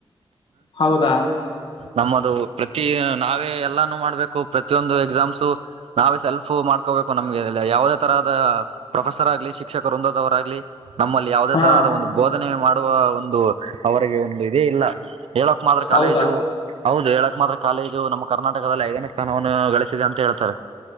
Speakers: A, on the left; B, on the right.
A: ಹೌದಾ
B: ನಮ್ಮದು ಪ್ರತಿ ನಾವೇ ಎಲ್ಲಾನು ಮಾಡ್ಬೇಕು ಪ್ರತಿಯೊಂದು ಎಕ್ಸಾಮ್ಸು ನಾವೇ ಸೆಲ್ಫ್ ಮಾಡ್ಕೋಬೇಕು ನಮ್ಗೆ ಯಾವುದೇ ತರಹದ ಪ್ರೊಫೆಸರ್ ಆಗ್ಲಿ ಶಿಕ್ಷಕರು ರಂದದವರಾಗ್ಲಿ ನಮ್ಮಲ್ಲಿ ಯಾವುದೇ
A: ಹಾ
B: ತರಹದ ಒಂದು ಬೋಧನೆ ಮಾಡುವ ಒಂದು ಅವರಿಗೆ ಒಂದು ಇದೇ ಇಲ್ಲ ಹೇಳಕ್ ಮಾತ್ರ ಕಾಲೇಜು
A: ಹೌದಾ
B: ಹೌದು ಹೇಳಕ್ ಮಾತ್ರ ಕಾಲೇಗು ನಮ್ಮ ಕರ್ಟಕದಲ್ಲಿ ಐದನೇ ಸ್ಥಾನವನ್ನು ಗಳಿಸಿದೆ ಅಂತ ಹೇಳ್ತಾರೆ